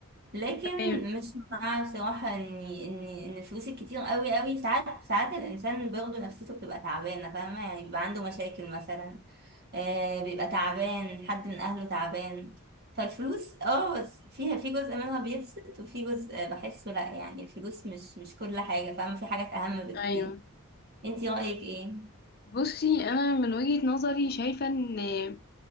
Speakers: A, on the right; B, on the left.
A: لكن
B: تمام
A: مش مع بصراحة ان ان ان الفلوس الكتير قوي قوي ساعات ساعات الانسان برضه نفسيته بتبقى تعبانة فاهمة يعني بيبقى عنده مشاكل مثلا آه بيبقى تعبان حد من اهله تعبان فالفلوس اه بس فيها في جزء منها بيبسط وفي جزء بحسه لا يعني الفلوس مش مش كل حاجة فاهمة في حاجات اهم بكتير
B: ايوه
A: انتي رأيك ايه؟
B: بصي انا من وجهة نظري شايفة ان